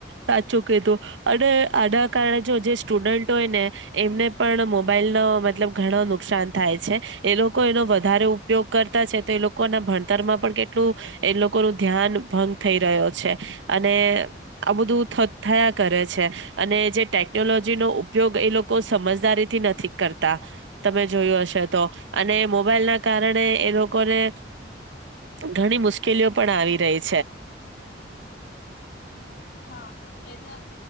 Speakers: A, on the right; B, on the left.
A: સાચું કીધું અને આના કારણે જો જે સ્ટુડન્ટ હોય ને એમને પણ મોબાઈલ ના મતલબ ઘણ નુકસાન થાય છે એ લોકો એનો વધારે ઉપયોગ કરતા છે તો એ લોકો એના ભણતર એમાં પણ કેટલું એ લોકોનું ધ્યાન ભંગ થઈ રહ્યો છે અને આ બધું થત થયા કરે છે અને જે ટેકનોલોજી નો ઉપયોગ એ લોકો સમજદારી થી નથી કરતા તમે જોયું હશે તો અને મોબાઈલ ના કારણે એ લોકોને ઘણી મુશ્કેલીઓ પણ આવી રહી
B: હા એ તો